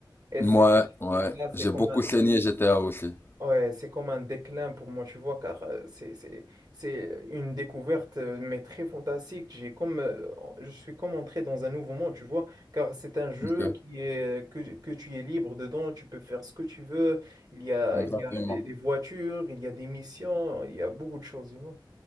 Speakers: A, on the right; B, on the left.
A: Et
B: Ouais,
A: c'est
B: ouais,
A: là, c'est
B: j'ai
A: comme
B: beaucoup
A: un,
B: saigné GTA aussi.
A: ouais, c'est comme un déclin pour moi, tu vois, car euh, c'est, c'est, c'est une découverte, euh, mais très fantastique. J'ai comme, euh, je suis comme entré dans un nouveau monde, tu vois, car c'est un jeu
B: Ok,
A: qui est, que, que tu es libre dedans, tu peux faire ce que tu veux. Il y a,
B: exactement.
A: il y a des, des voitures, il y a des missions, il y a beaucoup de choses, tu vois.